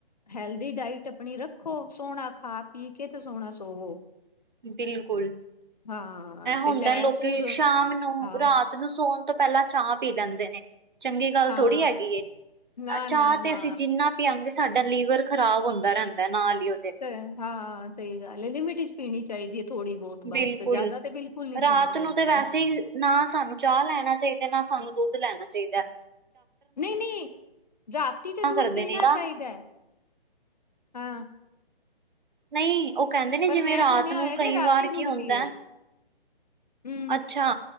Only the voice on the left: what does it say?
ਹੈਲਦੀ ਡਾਇਟ ਆਪਣੀ ਰੱਖੋ ਸੋਹਣਾ ਖਾ ਪੀ ਕੇ ਤੇ ਸੋਹਣਾ ਸੋਵੋ।
ਹਾਂ
ਤੇ ਸੈਰ
ਸੂਰ
ਹਾਂ
ਹਾਂ
ਨਾ
ਨਾ ਨਾ
ਸ ਹਾਂ ਸਹੀ ਗੱਲ ਐ, ਲਿਮਿਟ ਚ ਪੀਣੀ ਚਾਈਦੀ ਐ ਥੋੜ੍ਹੀ। ਬਹੁਤ ਬਸ
ਜਿਆਦਾ ਤੇ ਬਿਲਕੁਲ ਨੀ
ਪੀਣੀ ਚਾਈਦੀ।
ਨੀ-ਨੀ ਰਾਤੀ ਤੇ ਦੁੱਧ
ਪੀਣਾ
ਚਾਈਦਾ, ਹਾਂ।
ਪਰ
ਮੈਂ
ਸੁਣਿਆ
ਹੋਇਆ ਜੇ
ਰਾਤੀ
ਦੁੱਧ
ਪੀਓ
ਹਮ